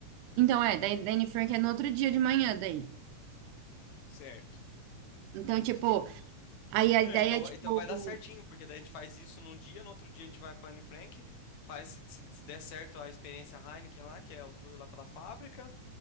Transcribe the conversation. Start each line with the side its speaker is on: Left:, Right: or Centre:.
Right: Então é, daí da Anne Frank é no outro dia de manhã daí.
Left: Certo.
Right: Então, tipo,
Left: Então.
Right: aí a
Left: É,
Right: ideia
Left: então,
Right: é,
Left: vai-
Right: tipo,
Left: então vai dar certinho, porque daí a gente faz isso num dia, no outro dia a gente vai para Anne Frank, faz se, se, se der certo a experiência Heineken lá, que é o tour lá pela fábrica,